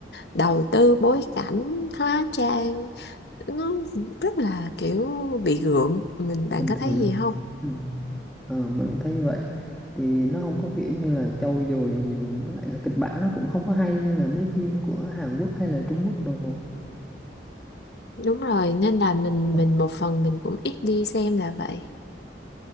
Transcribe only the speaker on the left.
đầu tư bối cảnh hóa trang nó rất là kiểu bị gượng mình bạn
có
thấy gì
không
đúng rồi nên là mình
mình một phần mình cũng ít đi xem là vậy